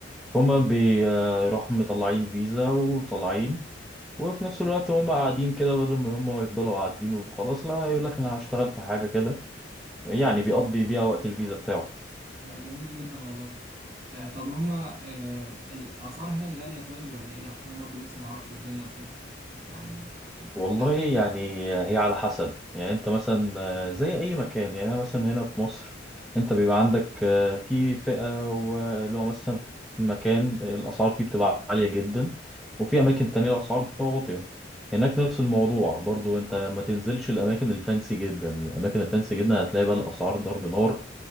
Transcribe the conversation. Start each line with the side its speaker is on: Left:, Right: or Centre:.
Centre: فهم بيروحوا مطلعين فيزا وطالعين وفي نفس الوقت هم قاعدين كده بدل ما هم يفضلوا قاعدين وخلاص لا يقول لك انا هشتغل في حاجة كده يعني بيقضي بيها وقت الفيزا بتاعه
Right: لا جميل جدا والله آه طب هما آه الاسعار هناك غاليه طيب ولا ايه عشان انا برضو لسه ما اعرفش الدنيا وكده يعني
Centre: والله
Right: هاخد
Centre: يعني هي على حسب يعني انت مثلا آه، زي اي مكان يعني انا مثلا هنا في مصر انت بيبقى عندك آه، في فئة واللي هو مثلا في مكان الاسعار فيه بتبقى عالية جدا وفي اماكن تانية الاسعار بتبقى واطية هناك نفس الموضوع برضو انت ما تنزلش الاماكن الفانسي جدا الاماكن الفانسي جدا هتلاقي بقى الاسعار ضرب نار